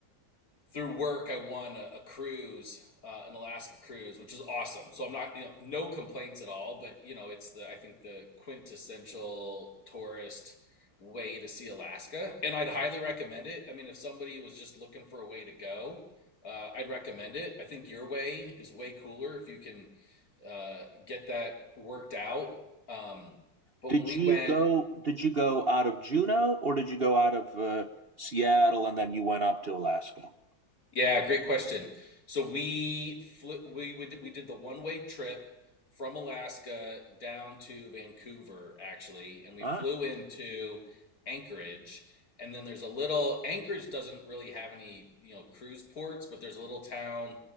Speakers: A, on the left (about 50°); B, on the right (about 35°).
A: through work, I won a, a cruise, uh, an Alaska cruise, which is awesome. So I'm not, you know, no complaints at all. But you know, it's the I think the quintessential tourist way to see Alaska, and I'd highly recommend it. I mean, if somebody was just looking for a way to go, uh, I'd recommend it. I think your way is way cooler if you can uh, get that worked out. Um, but
B: Did
A: when we
B: you
A: went,
B: go? Did you go out of Juneau, or did you go out of uh, Seattle and then you went up to Alaska?
A: Yeah, great question. So we flew, we would we did the one-way trip from Alaska down to Vancouver actually, and we
B: Ah,
A: flew into Anchorage. And then there's a little Anchorage doesn't really have any, you know, cruise ports, but there's a little town